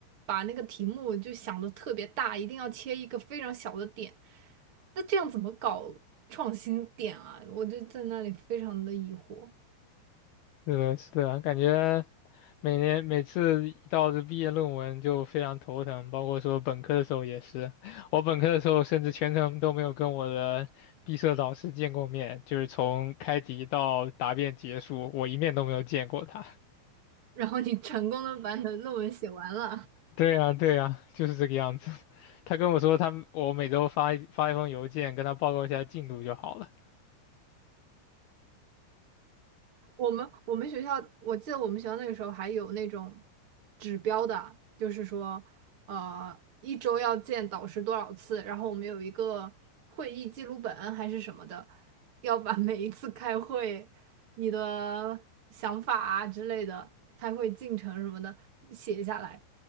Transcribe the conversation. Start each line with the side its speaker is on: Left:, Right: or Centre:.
Right: 把那个题目就想的特别大，一定要切一个非常小的点。那这样怎么搞创新点啊？我就在那里非常的疑惑。
Left: 对的，是的，感觉每年每次一到这毕业论文就非常头疼，包括说本科的时候也是。我本科的时候甚至全程都没有跟我的毕设导师见过面，就是从开题到答辩结束，我一面都没有见过他。
Right: 然后你成功的把你的论文写完了。
Left: 对呀，对呀，就是这个样子。他跟我说他，我每周发一发一封邮件跟他报告一下进度就好了。
Right: 我们我们学校，我记得我们学校那个时候还有那种指标的，就是说，呃，一周要见导师多少次，然后我们有一个会议记录本还是什么的，要把每一次开会你的想法啊之类的，开会进程什么的写下来。